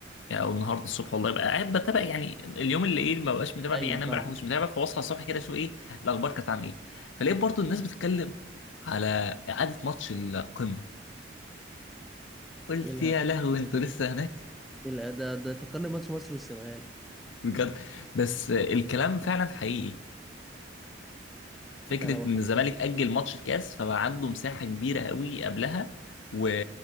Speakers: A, on the left; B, in the centre.
A: يعني او النهارده الصبح والله بقى قاعد بتابع يعني اليوم اللي ايه ما بقاش متابع
B: ايوه
A: فيه يعني انا امبارح
B: فاهم
A: مش متابع فبصحى الصبح كده اشوف ايه الاخبار كانت عن ايه فلقيت برضه الناس بتتكلم على اعاده ماتش القمه قلت
B: ايه الهبل
A: يا لهوي انتوا لسه هناك
B: ايه الهبل؟ ده ده فكرني بماتش مصر والسنغال
A: بجد بس الكلام فعلا حقيقي فكره
B: انت لو
A: ان
B: ح...
A: الزمالك اجل ماتش الكاس فبقى عنده مساحه كبيره قوي قبلها و...